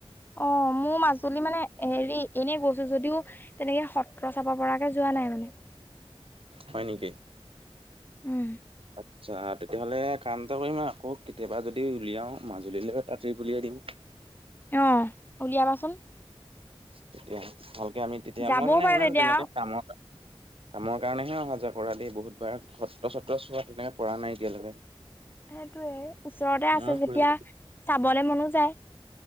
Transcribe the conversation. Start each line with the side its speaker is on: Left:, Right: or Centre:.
Left: অ মোৰ মাজুলী মানে হেৰি এনে গৈছো যদিও তেনেকে সত্ৰ চাব পৰাকে যোৱা নাই মানে।
Right: হয় নেকি?
Left: উম
Right: আচ্ছা তেতিয়াহ'লে কাম এটা কৰিম আৰু আকৌ কেতিয়াবা যদি উলিয়াও মাজুলীলৈ তাঁতৰি পুলিয়াই দিম। <inaudible>
Left: অহ, উলিয়াবাচোন।
Right: তেতিয়া ভালকে আমি তেতিয়া
Left: যাবও
Right: মই মানে
Left: পাৰে
Right: ইমান
Left: তেতিয়া
Right: তেনেকে কামত কামৰ কাৰণেহে অহা যোৱা কৰা দেই বহুতবাৰ সত্ৰ চত্ৰ চোৱা তেনেকে পৰা নাই এতিয়ালৈকে।
Left: সেইটোয়ে ওচৰতে
Right: ময়ো
Left: আছে যেতিয়া
Right: ফুৰিব
Left: চাবলে মনো যায়।